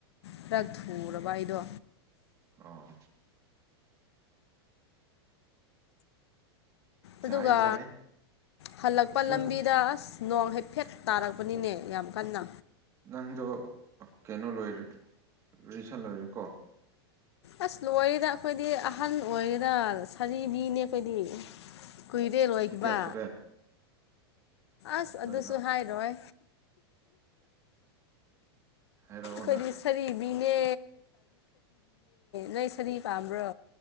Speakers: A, on the left; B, on the right.
A: ꯈꯔ ꯊꯨꯔꯕ ꯑꯩꯗꯣ
B: ꯑꯣ
A: ꯑꯗꯨꯒ
B: ꯌꯥꯏ ꯌꯥꯏ
A: ꯍꯜꯂꯛꯄ
B: ꯅꯪ
A: ꯂꯝꯕꯤꯗ ꯑꯁ ꯅꯣꯡ ꯍꯦꯛꯐꯦꯠ ꯇꯥꯔꯛꯄꯅꯤꯅꯦ ꯌꯥꯝ ꯀꯟꯅ
B: ꯅꯪꯗꯣ ꯀꯩꯅꯣ ꯂꯣꯏꯔꯦ ꯔꯤꯁꯟ ꯂꯣꯏꯔꯦꯀꯣ
A: ꯑꯁ ꯂꯣꯏꯔꯤꯦꯔ ꯑꯩꯈꯣꯏꯗꯤ ꯑꯍꯜ ꯑꯣꯏꯔꯤꯗ ꯁꯔꯤꯕꯤꯅꯦ ꯑꯩꯈꯣꯏꯗꯤ ꯀꯨꯏꯔꯦꯜ ꯑꯣꯏꯈꯤꯕ
B: ꯆꯍꯤ ꯀꯌꯥ ꯁꯨꯔꯦ
A: ꯑꯁ
B: ꯂꯣꯏꯕ
A: ꯑꯗꯨꯁꯨ ꯍꯥꯏꯔꯣꯏ
B: ꯍꯥꯏꯔꯛꯑꯣꯅ
A: ꯀꯣꯏꯗꯤ ꯁꯔꯤꯕꯤꯅꯦ ꯅ ꯁꯔꯤꯐ꯭ꯔꯣ